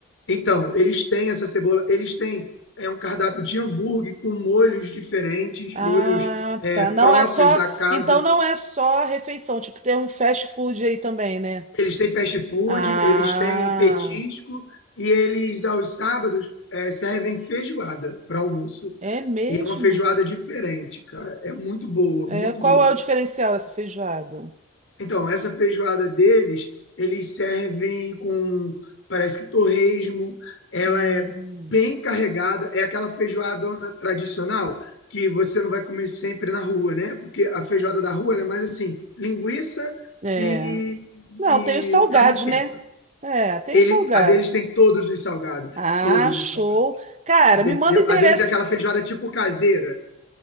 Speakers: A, on the left; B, on the right.
A: Então, eles têm essa cebola, eles têm é um cardápio de hambúrguer com molhos diferentes,
B: Ah,
A: molhos é,
B: tá. Não
A: próprios
B: é só.
A: da casa.
B: Então não é só a refeição, tipo, tem um fast food aí também, né?
A: Eles têm fast food,
B: Ah,
A: eles têm petisco e eles, aos sábados, é, servem feijoada para almoço.
B: é mesmo?
A: E é uma feijoada diferente, cara. É muito boa, muito
B: É, qual
A: boa.
B: é o diferencial dessa feijoada?
A: Então, essa feijoada deles, eles servem com, parece que torresmo, ela
B: Hum,
A: é bem carregada, é aquela feijoadona tradicional que você não vai comer sempre na rua, né? Porque a feijoada da rua ela é mais assim, linguiça
B: é.
A: e,
B: Não,
A: e
B: tem os salgados,
A: carne seca.
B: né? É, tem
A: Ele,
B: os salgados.
A: a deles tem todos os salgados,
B: Ah,
A: todos
B: show.
A: os salgados,
B: Cara,
A: entendeu?
B: me manda o endereço
A: A deles é aquela feijoada tipo caseira,